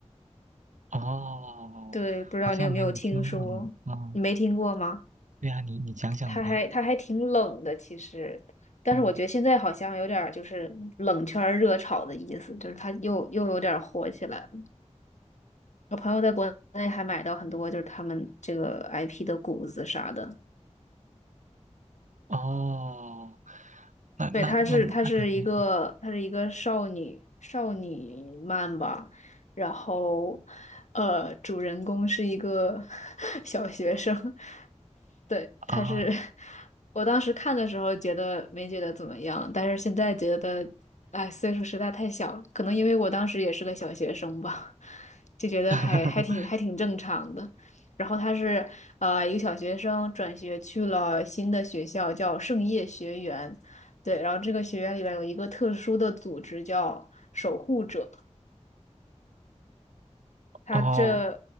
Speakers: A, on the right; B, on the left.
A: 哦，
B: 对，不知道你有没有听说？
A: 好像没有听过呢。嗯，
B: 你没听过吗？
A: 对啊，你你讲讲呗。
B: 它还它还挺冷的，其实，但是我觉得现在好像有点儿就是冷圈儿热炒的意思，
A: 嗯，
B: 就是它又又有点儿火起来了。我朋友在国内还买到很多就是他们这个 IP 的谷子啥的。
A: 哦，那那那那感觉
B: 对，她是她是一个她是一个少女少女漫吧，然后呃，主人公是一个 <laughs> 小学生，对，她是
A: 啊，
B: <laughs> 我当时看的时候觉得没觉得怎么样，但是现在觉得，哎，岁数实在太小了，可能因为我当时也是个小学生吧，就觉得还还挺还挺正常的。
A: <laughs>
B: 然后他是呃一个小学生转学去了新的学校，叫圣夜学园。对，然后这个学院里边有一个特殊的组织叫守护者，它这，
A: 哦，